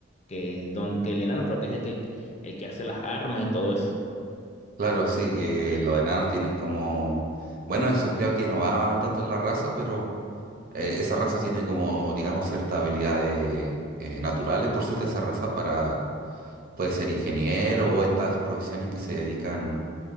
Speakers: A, on the left; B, on the right.
A: que es don, que el enano creo que es el que, el que hace las armas y todo eso.
B: claro, sí, eh, los enanos tienen como... Bueno, eso creo que no va tanto en la raza, pero... eh, esa raza tiene como, digamos, ciertas habilidades eh, naturales por ser de esa raza para, puede ser ingeniero o estas profesiones que se dedican